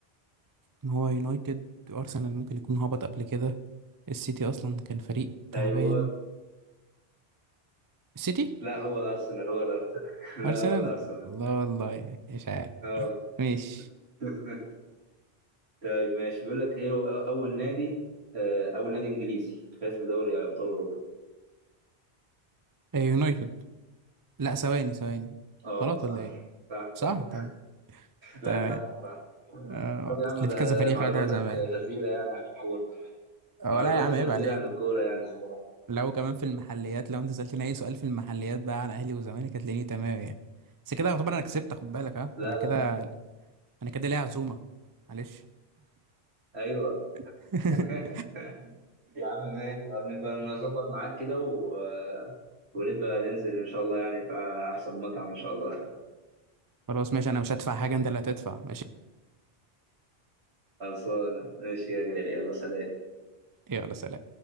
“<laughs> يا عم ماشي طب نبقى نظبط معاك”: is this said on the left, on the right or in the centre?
Right